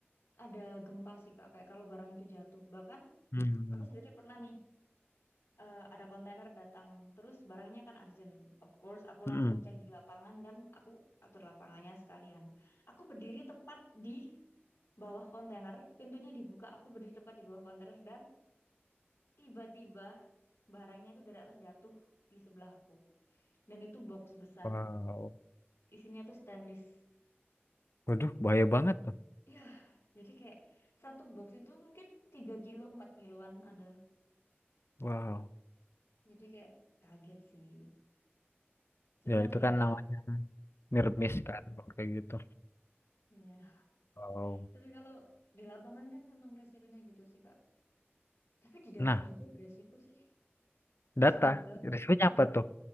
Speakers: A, on the left (about 85°); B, on the left (about 70°).
A: ada gempa sih Kak, kayak kalau barang itu jatuh. Bahkan
B: mm-mm,
A: aku sendiri pernah nih eh, ada kontainer datang terus barangnya kan urgent. Of course aku langsung
B: mm-mm.
A: cek di lapangan dan aku atur lapangannya sekalian. Aku berdiri tepat di bawah kontainer, pintunya dibuka, aku berdiri tepat di bawah kontainer dan tiba-tiba barangnya tuh dari atas jatuh di sebelahku. Dan itu box besar,
B: Wow,
A: isinya tuh stainless.
B: waduh, bahaya banget tuh.
A: Ya, jadi kayak satu box itu mungkin 3 kilo, 4 kiloan ada.
B: Wow.
A: Jadi kayak kaget sih. Cuman
B: Ya itu
A: ya,
B: kan namanya nirmis kan kalau kayak gitu.
A: <laughs> iya.
B: Wow.
A: Tapi kalau di lapangan kan memang resikonya gitu sih, Kak. Tapi di data
B: Nah,
A: juga beresiko sih. Pusing
B: data
A: juga.
B: risikonya
A: Iya,
B: apa tuh?